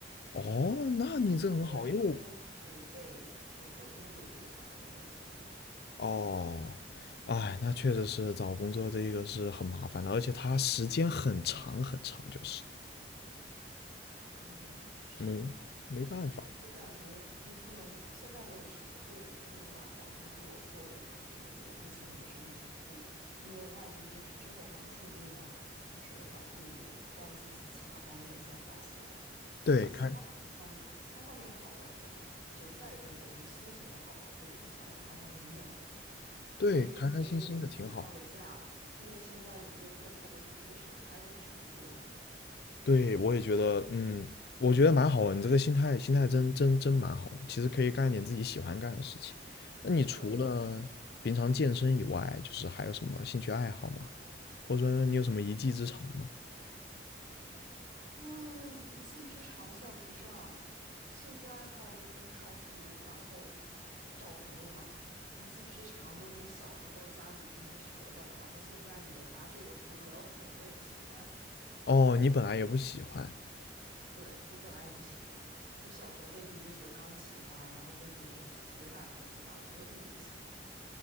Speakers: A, on the left; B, on the right.
A: 哦，那你这很好，
B: 前段时间是被那个工作摧残了，
A: 因为我
B: 就没有怎么用。
A: 哦，哎，那确实是找工作这个是很麻烦的，而且它时间很长很长，就是
B: 嗯，是的。
A: 没没办法。
B: 就感觉你不能，现在我也学会了，就不能把找工作作为就是我目前人生的全部，因为万一就是之后还不顺利呢，就是还不如让自己其他方面先好起来。然后觉得其他自己方面，
A: 对，开
B: 其他方面好了，可能就带动的就是心情也好了，会影响我的方方面面吧。
A: 对开开心心的挺好。
B: 我也准备给自己放个假了，因为现在五月份他的 position 开的不是很多。
A: 对，我也觉得，嗯，我觉得蛮好的，你这个心态心态真真真蛮好的。其实可以干一点自己喜欢干的事情。那你除了平常健身以外，
B: 对，
A: 就是还有什么兴趣爱好吗？或者说你有什么一技之长吗？
B: 那一技之长算不上，兴趣爱好就是看书，然后找朋友嘛。一技之长都是小时候家里逼着学的，然后现在也拿这个糊不了口，我也不喜欢。
A: 哦，你本来也不喜欢。
B: <laughs> 对，我本来也不喜欢，就小时候被逼着学钢琴呐、然后被逼着学大提琴呐、我觉得我一点不喜欢。